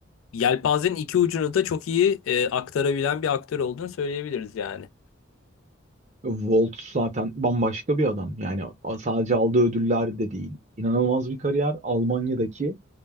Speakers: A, on the left; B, on the right.
A: yelpazenin iki ucunu da çok iyi e, aktarabilen bir aktör olduğunu söyleyebiliriz yani.
B: Volt zaten bambaşka bir adam. Yani sadece aldığı ödüller de değil. İnanılmaz bir kariyer. Almanya'daki